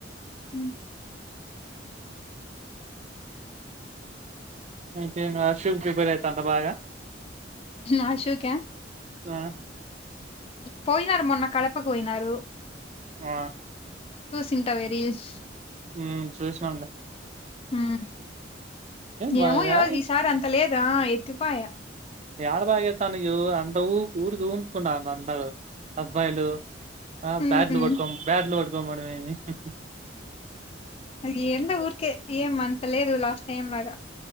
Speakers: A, on the left; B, on the right.
A: హ
B: <unintelligible>
A: ఆ శూక
B: ఆ
A: పోయినారు మొన్న కడప పోయినారు
B: ఆ
A: చూసింటా వె రీల్స్
B: ఉం చూసినాన్లే
A: ఉం
B: బా
A: ఏవో
B: యాడ
A: ఏ ఈ సారి అంతలే ఆ ఎత్తి పాయ
B: యాడ బాగ్య చా ను అంత ఊ ఊరిగ ఉఊంకుడా అంత అబ్బాయిలు ఆ
A: హ్మ్.
B: బ్యాడ్లు పట్కోం బ్యాడ్లు పట్ డమ్ ఏమి హు హు
A: అది ఎంత ఊరికే ఏం అంత లేదు లాస్ట్ టైం లాగా